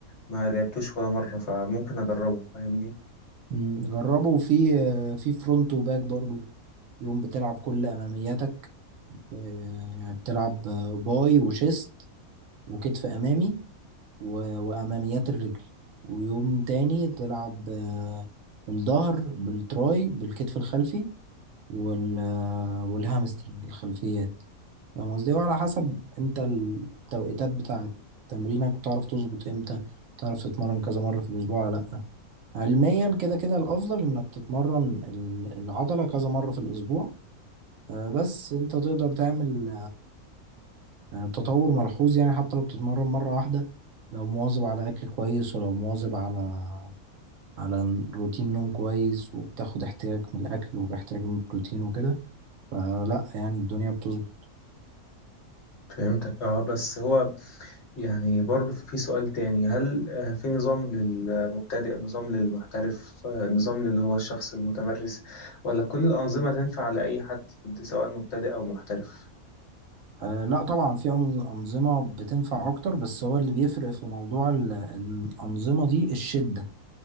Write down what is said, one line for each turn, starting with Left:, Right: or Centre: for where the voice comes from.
Left: ما لعبتوش ولا مرة فممكن أجربه فاهمني
Right: مم، جربه في آه، في فرونت وباك برضو يوم بتلعب كل امامياتك آه، يعني بتلعب آه، باي وشيست وكتف امامي و- وأماميات الرجل ويوم تاني تلعب آه، الظهر بالتراي بالكتف الخلفي وال آه، والهامسترنج الخلفيات فاهم قصدي وعلى حسب انت التوقيتات بتاعة تمرينك بتعرف تظبط امتى بتعرف تتمرن كذا مرة في الأسبوع ولا لأ علميا كده كده الأفضل إنك تتمرن ال- العضلة كذا مرة في الأسبوع آه، بس انت تقدر تعمل يعني التطور ملحوظ يعني حتى لو بتتمرن مرة واحدة لو مواظب على أكل كويس ولو مواظب على على روتين نوم كويس وبتاخد احتياج من الأكل وباحتياج من البروتين وكده فلا يعني الدنيا بتظبط
Left: فهمتك اه بس هو يعني برضه في سؤال تاني هل آه، في نظام للمبتدئ نظام للمحترف آه، نظام اللي هو الشخص المتمرس ولا كل الأنظمة تنفع لأي حد سواء مبتدئ أو محترف
Right: أه لا طبعا في أن- أنظمة بتنفع أكتر بس هو اللي بيفرق في موضوع ال- الأنظمة دي الشدة